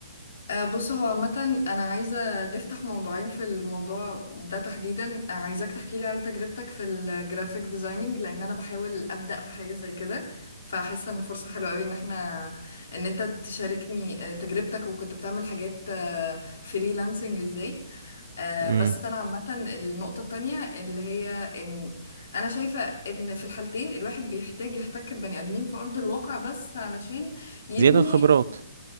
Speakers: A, on the left; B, on the right.
A: آه، بص هو عامة أنا عايزة نفتح موضوعين في الموضوع ده تحديدا آه، عايزاك تحكي لي على تجربتك في الجرافيك ديزايننج لأن أنا بحاول أبدأ في حاجة زي كده فحاسة إن فرصة حلوة أوي إن احنا إن أنت تشاركني آه، تجربتك وكنت بتعمل حاجات فريلانسنج إزاي آه،
B: امم
A: بس أنا عامة النقطة التانية اللي هي إن أنا شايفة إن في الحالتين الواحد بيحتاج يحتك ببني آدمين في أرض الواقع بس علشان يبني
B: زيادة الخبرات